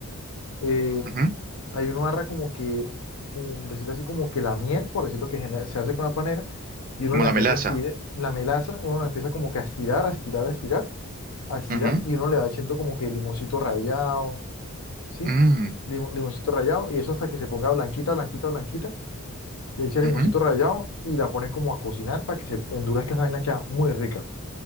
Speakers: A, on the left (about 70°); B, on the right (about 40°).
A: eh,
B: ujú.
A: ahí uno agarra como que, como decirlo así, como que la miel, por decirlo que genera- se hace con la panela, y uno
B: Como
A: la
B: la
A: empieza
B: melaza.
A: a estirar, la melaza, uno la empieza como que a estirar, a estirar, a estirar, a estirar,
B: Ujú,
A: y uno le va echando como que limoncito rallado, ¿sí?
B: mm,
A: Lim- limoncito rallado y eso hasta que se ponga blanquita, blanquita, blanquita. Le echas
B: ujú.
A: limoncito rallado y la pones como a cocinar para que se endurezca esa vaina queda muy rica.